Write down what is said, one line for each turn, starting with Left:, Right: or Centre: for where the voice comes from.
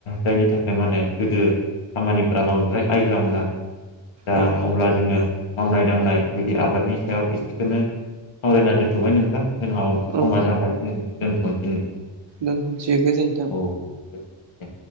Left: जायनि थाखाय माने गोदो खामानिफ्रा बांद्राय आइ होआमोन आरो दा
Right: औ
Left: अब्ला जोङो मावनाय दांनाय बिदि आबादनि सायाव एसेखोनो सावरायना दोन्थ'बाय नों जोंहाव
Right: औ
Left: समा जाबाय जों दोन्थ'निसै <unintelligible>
Right: दोनथ'सै गोजोनथों।
Left: गोजोनथों दे